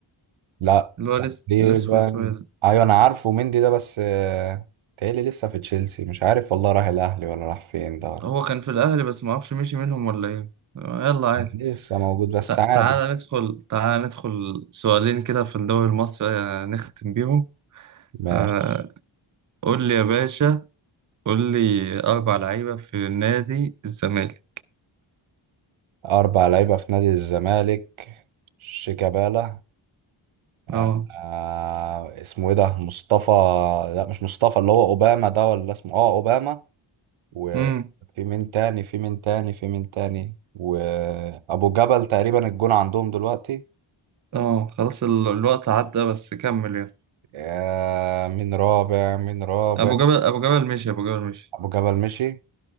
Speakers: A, on the right (about 85°); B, on the right (about 40°).
A: لا،
B: اللي هو لس-
A: تقريبا
B: الأسود شوية ده.
A: ايوه انا عارفه مندي ده بس آه، تهيألي لسه في تشيلسي مش عارف والله راح الاهلي ولا راح فين ده ولا
B: هو كان في الأهلي بس معرفش مشي منهم ولا ايه آه، يلا عادي
A: لسه موجود بس
B: تع-
A: عادي
B: تعالى ندخل تعالى ندخل سؤالين كده في الدوري المصري آه، نختم بيهم
A: ماشي
B: آه، قول لي يا باشا قول لي أربع لعيبة في نادي الزمالك
A: اربع لعيبه في نادي الزمالك شيكابالا آه
B: اه
A: آه، اسمه ايه ده مصطفى لا مش مصطفى اللي هو اوباما ده ولا اسمه اه اوباما وفي
B: امم
A: مين تاني في مين تاني في مين تاني وأبو جبل تقريبا الجون عندهم دلوقتي
B: اه خلاص ال- الوقت عدى بس كمل يلا
A: آه، مين رابع مين رابع
B: أبو جبل أبو جبل مشي أبو جبل مشي
A: أبو جبل مشي